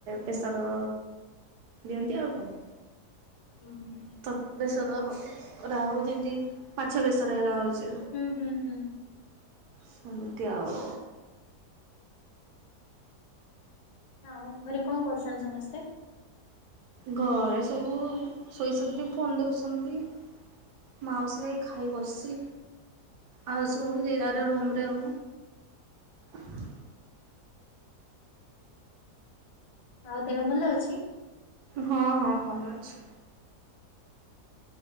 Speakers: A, on the right; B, on the left.
A: ବେସର ଦିଅନ୍ତି ଆଉ କଣ?
B: ହୁଁ ହୁଁ
A: <inaudible> ଯେମତି ମାଛ ବେଶରେ ହେରା ହଉଛି।
B: ହୁଁ ହୁଁ ହୁଁ।
A: ସେମିତି ଆଉ
B: ଆଉ ଘରେ କଣ କରୁଛନ୍ତି ସମସ୍ତେ?
A: ଘରେ ସବୁ ଶୋଇଛନ୍ତି ଫୋନ ଦେଖୁଛନ୍ତି। ମାଉସୀ ଖାଇ ବସିଛି ଆଉ ସବୁ ଯିଏ ଯାର ରୁମରେ ଆଉ ହଁ
B: ଆଉ ଦେହ ଭଲ ଅଛି?
A: ହଁ ହଁ ଭଲ ଅଛି।